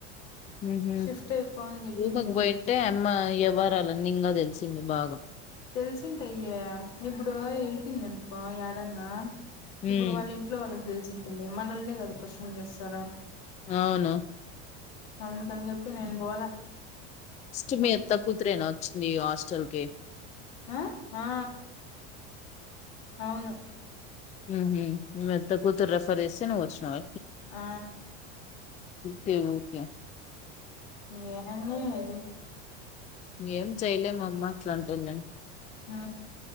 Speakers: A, on the left; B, on the left.
A: ఊహు
B: షిఫ్ట్ అయిపో అని చెప్పింది
A: రూపకి పోయింటే అమ్మ ఇ ఎవారలో నిన్న తెచ్చిండు బాగ
B: తెలిసింటె అయ్యా ఇప్పుడు వెలిపింది అనుకో యాడన్నా
A: ఉమ్
B: ఇప్పుడు వాళ్ళ ఇంట్లొ వాళ్ళకి తెలిసి తి మిమ్మల్నె కదా క్వశ్చన్ చేస్తరా
A: అవును
B: అందుకని చెప్పి నేన్ బోల
A: ఫస్ట్ మీది కూతురేనా వచ్చింది హాస్టల్ కి
B: అ ఆా అవును
A: ఊహు మీ అత్త కూతురు రిఫర్ చేస్తే నువ్ వచ్చినవ
B: ఆ
A: తెవ్ కె
B: ఎంది అది
A: ఏం చేయ్లే మా అమ్మ అట్ల అంటున్న
B: ఉ